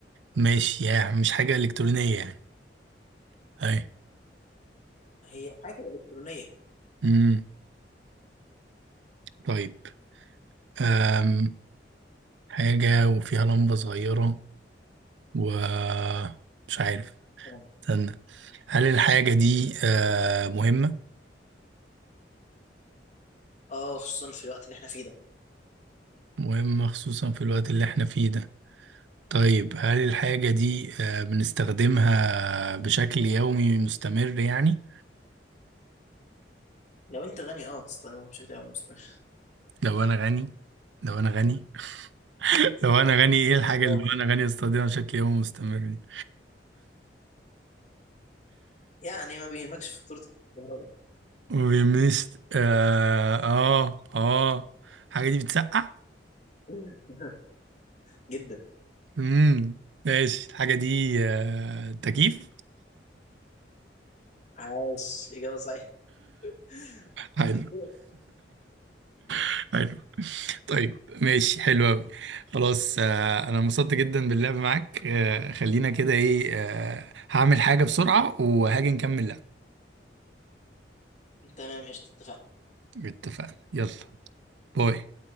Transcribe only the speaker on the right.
ماشي يعني مش حاجة إلكترونية يعني أي
مم، طيب آم، حاجة وفيها لمبة صغيرة ومش عارف
استنى هل الحاجة دي آه، مهمة؟
مهمة خصوصا في الوقت اللي احنا فيه ده طيب هل الحاجة دي آه، بنستخدمها بشكل يومي مستمر يعني؟
لو أنا غني لو أنا غني <laughs> لو أنا غني إيه الحاجة
اللي لو أنا غني أستخدمها بشكل يومي مستمر دي؟
وبيمست آه آه آه الحاجة دي بتسقع؟
مم ماشي الحاجة دي آه، تكييف؟
حلو
<laughs> طيب ماشي حلو أوي خلاص آه، أنا انبسطت جدا باللعب معاك آه، خلينا كده إيه آه، هعمل حاجة بسرعة وهاجي نكمل لعب
اتفقنا يلا باي